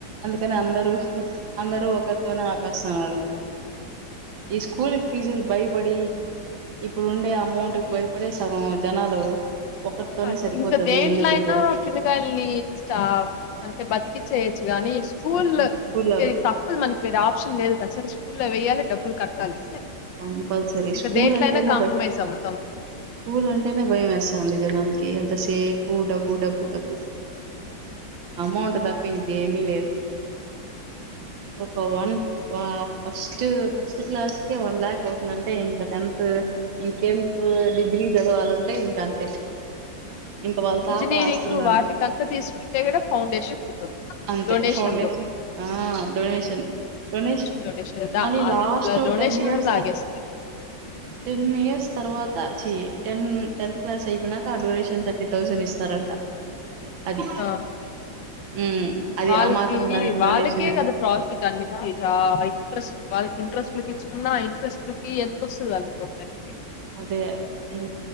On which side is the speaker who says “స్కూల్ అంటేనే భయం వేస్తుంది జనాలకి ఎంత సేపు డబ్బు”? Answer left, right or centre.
Right